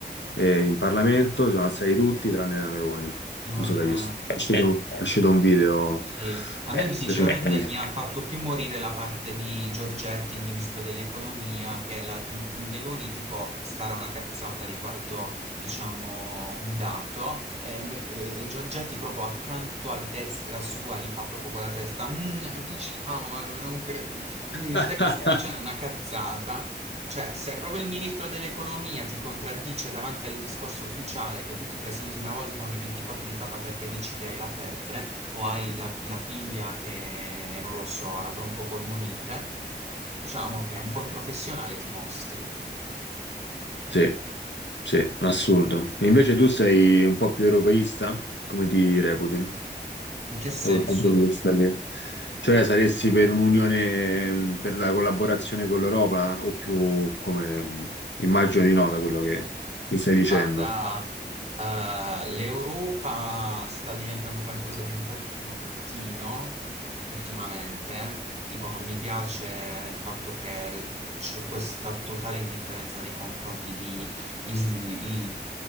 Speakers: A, on the left; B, on the right.
A: eh, in Parlamento, si sono alzati tutti tranne la Meloni.
B: Vabbè.
A: Non so se hai visto. È uscito, è uscito un video.
B: Sì, a me sinceramente
A: recentemente.
B: mi ha fatto più morire la parte di Giorgetti, il ministro dell'economia, che la Meloni tipo spara una cazzata riguardo, diciamo, un dato e, me- e Giorgetti proprio accanto a destra sua gli fa proprio con la testa, "Mm, diciamo, eh, ma non credo, mi
A: <laughs>
B: stai, stai dicendo una cazzata. Cioè, se proprio il ministro dell'economia ti contraddice davanti al discorso ufficiale che tu ti presenti una volta ogni 24 di papa perché dici che hai la febbre, o hai la, la figlia che, non lo so, ha la broncopolmonite, diciamo che un po' in professionale ti mostri.
A: Sì, sì, assurdo. Invece tu sei un po' più europeista? Come ti reputi?
B: In che senso?
A: da quel punto di vista lì. Cioè, saresti per un'unione, mh, per la collaborazione con l'Europa o più come, mh, immagino di no, da quello che mi stai dicendo.
B: Guarda, eh, l'Europa sta diventando qualcosa di un po' più bruttino ultimamente, tipo non mi piace il fatto che c'è questa totale indifferenza nei confronti di- i- i-